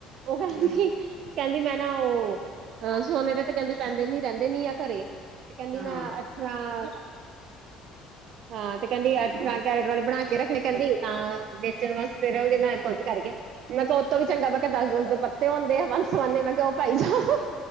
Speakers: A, on the right; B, on the right.
A: ਔਹੋ
B: ਹੂੰ,
A: ਹੀ-ਹੀ ਕਹਿੰਦੀ ਮੈਂ ਨਾ ਉਹ ਸੋਨੇ ਦੇ ਤੇ ਕਹਿੰਦੀ ਪੈਂਦੇ ਨੀ ਰਹਿੰਦੇ ਨੀ ਆ ਘਰੇ ਤੇ ਕਹਿੰਦੀ
B: ਹਾਂ,
A: ਮੈਂ ਅਠਾਂ ਹਾਂ ਤੇ ਕਹਿੰਦੀ <unintelligible> ਬਣਾ ਕੇ ਰੱਖਣੇ ਕਹਿੰਦੀ ਤਾਂ ਵੇਚਣ ਵਾਸਤੇ ਰਹੋਗੇ ਨਾ ਖੁੱਦ ਕਰਕੇ, ਮੈਂ ਕਿਹਾ ਉਤੋਂ ਵੀ ਚੰਗਾ ਮੈਂ ਕਿਹਾ ਦਸ-ਦਸ ਦੇ ਪੱਤੇ ਹੁੰਦੇ ਆ। ਸੋਨੇ ਮੈਂ ਕਿਹਾ ਉਹ ਪਾਈ
B: ਹਾਂ
A: ਜਾਓ,